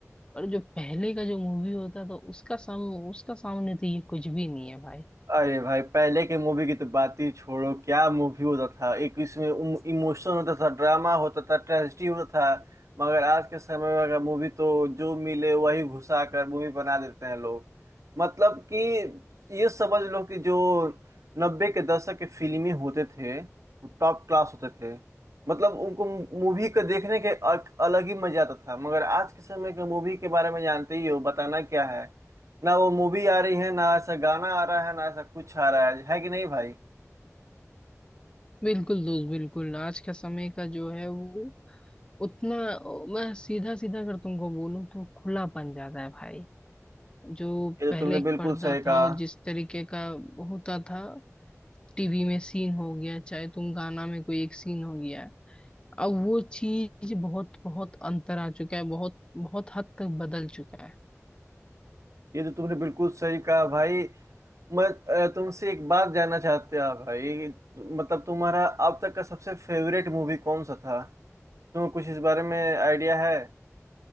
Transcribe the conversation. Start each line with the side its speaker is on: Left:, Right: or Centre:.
Left: पर जो पहले का जो मूवी होता था उसका सम उसका सामने तो ये कुछ भी नहीं है भाई
Right: अरे भाई पहले के मूवी की तो बात ही छोड़ो क्या मूवी होता था एक इसमें इमोशन होता था ड्रामा होता था ट्रेजेडी होता था मगर आज के समय में अगर मूवी तो जो मिले वही घुसा कर मूवी बना देते हैं लोग मतलब कि ये समझ लो कि जो नब्बे के दशक के फिल्में होते थे टॉप क्लास होते थे मतलब उनको मूवी को देखने के अ- अलग ही मजा आता था मगर आज के समय के मूवी के बारे में जानते ही हो बताना क्या है ना वो मूवी आ रही है ना ऐसा गाना आ रहा है ना ऐसा कुछ आ रहा है है कि नहीं भाई ये
Left: बिल्कुल दोस्त बिल्कुल आज का समय का जो है वो उतना मैं सीधा सीधा अगर तुमको बोलूं तो खुला बन जाता है भाई जो
Right: तो
Left: पहले
Right: तुमने
Left: एक
Right: बिल्कुल
Left: पर्दा
Right: सही कहा
Left: था और जिस तरीके का होता था टीवी में सीन हो गया चाहे तुम गाना में कोई एक सीन हो गया अब वो चीज बहुत बहुत अंतर आ चुका है बहुत बहुत हद तक बदल चुका है
Right: ये तो तुमने बिल्कुल सही कहा भाई मैं अ, तुमसे एक बात जानना चाहते हैं भाई मतलब तुम्हारा अब तक का सबसे फेवरेट मूवी कौन सा था तुम्हें कुछ इस बारे में आइडिया है